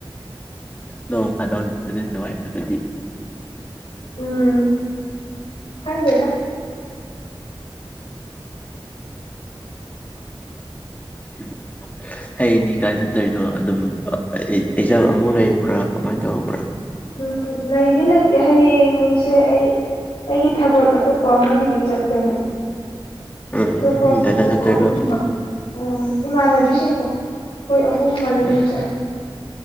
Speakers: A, on the left; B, on the left.
A: ꯅꯣꯡ ꯐꯥꯗꯣꯛ ꯑꯗꯨꯗꯤ ꯅꯨꯡꯉꯥꯏꯇꯕꯗꯤ
B: ꯎꯝ ꯈꯪꯗꯦꯗ
A: ꯎꯝ ꯍꯌꯦꯡꯗꯤ ꯀꯥꯏ ꯆꯠꯇꯣꯏꯅꯣ ꯑꯗꯨꯝ ꯑꯦꯛꯖꯥꯝ ꯑꯃꯨꯛ ꯂꯩꯕ꯭ꯔꯥ ꯀꯃꯥꯏꯅ ꯇꯧꯕ꯭ꯔꯥ
B: ꯎꯝ ꯂꯩꯗꯤ ꯂꯩꯇꯦ ꯍꯌꯦꯡꯁꯦ ꯑꯩ ꯑꯩꯒꯤ ꯊꯕꯛ ꯑꯇꯣꯞꯄ ꯑꯃꯒꯤꯗꯤ ꯆꯠꯀꯅꯤ
A: ꯎꯝ
B: ꯑꯠꯇꯣꯞꯄ <unintelligible>
A: ꯅꯊꯟꯗ ꯆꯠꯇꯣꯏꯔꯣ
B: ꯎꯝ ꯏꯃꯥꯟꯅꯕꯤꯁꯤꯡꯗꯣ ꯑꯩꯈꯣꯏ ꯑꯍꯨꯝ ꯃꯔꯤꯃꯨꯛ
A: ꯎꯝ
B: ꯆꯠꯅꯤ